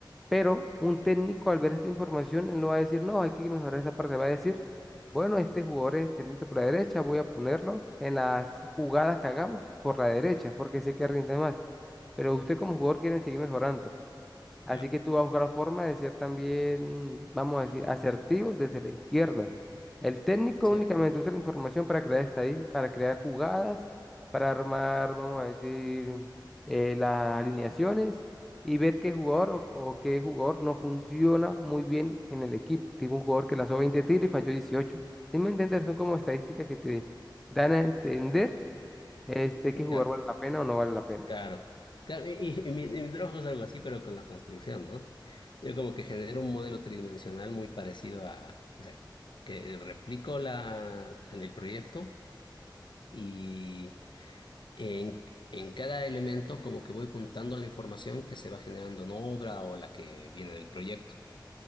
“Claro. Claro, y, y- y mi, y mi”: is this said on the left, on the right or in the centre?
Left